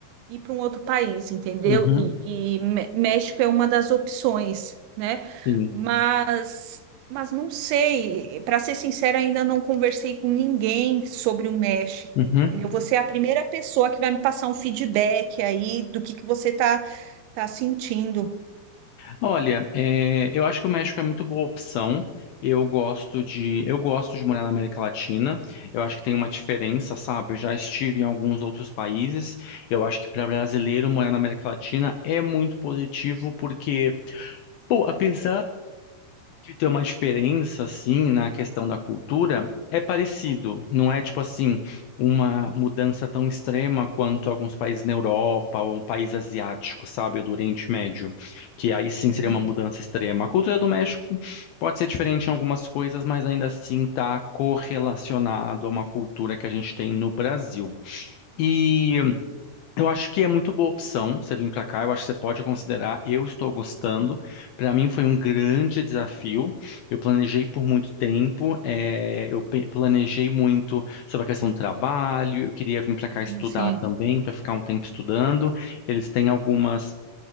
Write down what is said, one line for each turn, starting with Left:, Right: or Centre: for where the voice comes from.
Right: ir para um outro país, entendeu?
Left: uhum,
Right: E, e Mé- México é uma das opções, né?
Left: sim.
Right: Mas, mas não sei, para ser sincera, ainda não conversei com ninguém sobre o México,
Left: Uhum.
Right: entendeu? Você é a primeira pessoa que vai me passar um feedback aí do que que você tá, tá sentindo.
Left: Olha, é, eu acho que o México é muito boa opção. Eu gosto de, eu gosto de morar na América Latina. Eu acho que tem uma diferença, sabe? Eu já estive em alguns outros países. Eu acho que para brasileiro morar na América Latina é muito positivo porque, pô, apesar de ter uma diferença assim na questão da cultura é parecido, não é tipo assim uma mudança tão extrema quanto alguns países na Europa ou um país asiático, sabe, ou do Oriente Médio, que aí sim
Right: Entendi.
Left: seria uma mudança extrema. A cultura do México pode ser diferente em algumas coisas, mas ainda assim está correlacionado a uma cultura que a gente tem no Brasil. e eu acho que é muito boa opção você vir para cá. Eu acho que você pode considerar. Eu estou gostando. Para mim foi um grande desafio. Eu planejei por muito tempo. eh, eu pe- planejei muito sobre a questão do trabalho. Eu queria vir para cá
Right: Sim,
Left: estudar
Right: sim.
Left: também, para ficar um tempo estudando. Eles têm algumas